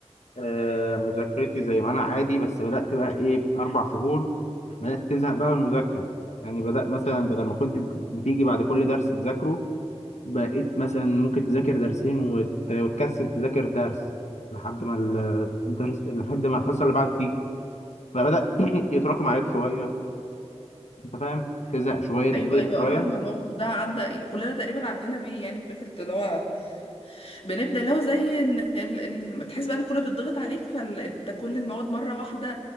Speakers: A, on the left; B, on the left.
A: آه مذاكرتي زي ما انا عادي بس بدأت بقى ايه اربع شهور بدأت تزهق بقى من المذاكرة يعني بدأ مثلا
B: اه
A: بدل ما كنت بت- بتيجي بعد كل درس تذاكره بقيت مثلا ممكن تذاكر درسين وت... وتكسل تذاكر درس لحد ما ال- الدرس لحد ما الحصة اللي بعد تيجي فبدأ <clears throat> يتراكم عليك شوية انت فاهم تزهق شويه
B: ايوه
A: تكتئب
B: ايوه
A: شويه
B: بقى فاهمه الموقف ده عدى يعني كلنا تقريبا عدينا بيه يعني فكره اللي هو بنبدا اللي هو زي ان ال... ال... تحس بقى ان كله بيتضغط عليك فانت كل المواد مره واحده